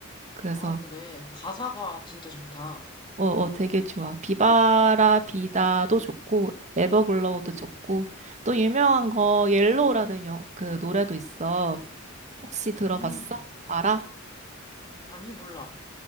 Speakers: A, on the right; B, on the left.
A: 그래서
B: 아, 그래. 가사가 진짜 좋다.
A: 어, 어 되게 좋아. 비바라 비다도 좋고 에버글로우도
B: 응.
A: 좋고 또 유명한 거
B: 응.
A: 옐로우라는 영, 그 노래도 있어. 혹시
B: 음.
A: 들어봤어? 알아?
B: 아니, 몰라.